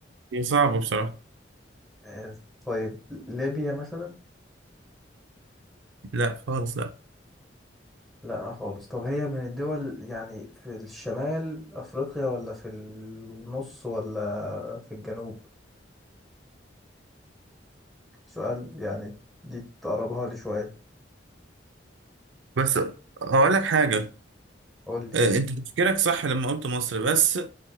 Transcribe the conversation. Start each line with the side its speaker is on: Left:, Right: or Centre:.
Right: هي صعبة بصراحة
Centre: آه، طيب ليبيا مثلا
Right: لا خالص لا
Centre: لا خالص طب هي من الدول يعني في الشمال أفريقيا ولا في النص ولا في الجنوب سؤال يعني دي تقربها لي شوية
Right: بس هقول لك حاجة
Centre: قول لي
Right: آه، انت تفكيرك صح لما قلت مصر بس